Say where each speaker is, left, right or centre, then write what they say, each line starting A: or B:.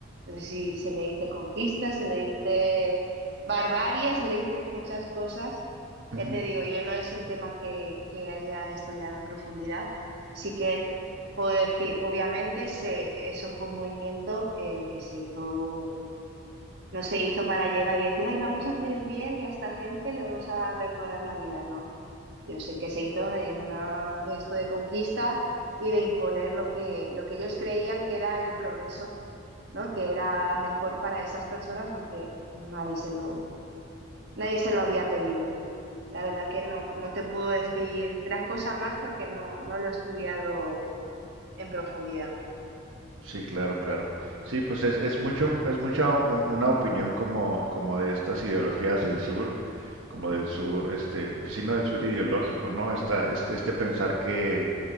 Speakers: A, on the right; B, on the right.
A: no sé si se le dice conquista, se le dice barbarie, se le dice <laughs> muchas cosas.
B: Ujú.
A: Ya te digo, yo no es un tema que, que haya estudiado en profundidad, sí que puedo decir, obviamente se, eso fue un movimiento eh, que se hizo, no se hizo para llegar y decir, ay, vamos a hacer el bien y a esta gente le vamos a mejorar la vida, ¿no? Yo sé que se hizo en una de esto de conquista y de imponer lo que, lo que ellos creían que era el progreso, ¿no? Que era mejor para esas personas, aunque nadie se lo, nadie se lo había pedido. La verdad que no, no te puedo decir gran cosa más porque no, no lo he estudiado en profundidad.
B: Sí, claro, claro. Sí, pues es, es mucho, es mucha un- una opinión como, como de estas ideologías del sur, como del sur, este, pues sí, no del sur ideológico, ¿no? Esta, este, este pensar que,